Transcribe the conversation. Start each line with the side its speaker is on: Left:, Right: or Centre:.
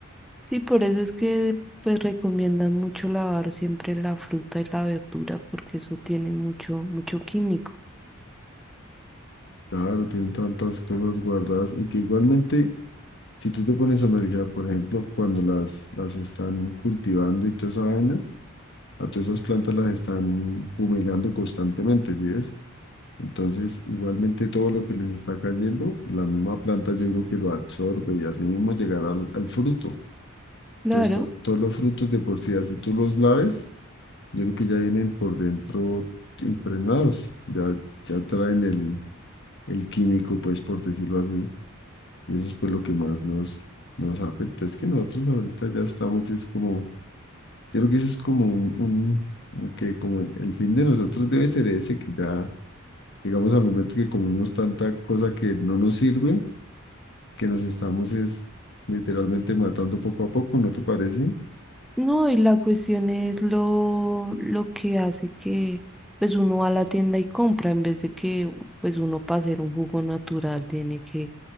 Centre: Sí, por eso es que pues recomiendan mucho lavar siempre la fruta y la verdura porque eso tiene mucho mucho químico.
Left: Claro, tienen tantas cosas guardadas y que igualmente Si tú te pones a analizar, por ejemplo, cuando las, las están cultivando y toda esa vaina, a todas esas plantas las están fumigando constantemente, ¿sí ves? Entonces, igualmente todo lo que les está cayendo, la misma planta yo creo que lo absorbe y así mismo llegará al, al fruto.
Centre: Claro,
Left: Entonces, to- todos los frutos de por sí, así tú los laves, yo creo que ya vienen por dentro impregnados, ya, ya traen el, el químico, pues por decirlo así. Y eso es pues lo que más nos, nos afecta. Es que nosotros ahorita ya estamos, es como, yo creo que eso es como un, un, un que como el, el fin de nosotros debe ser ese, que ya llegamos al momento que comemos tanta cosa que no nos sirve, que nos estamos es literalmente matando poco a poco, ¿no te parece?
Centre: no, y la cuestión es lo lo que hace que pues uno va a la tienda y compra en vez de que pues uno para hacer un jugo natural tiene que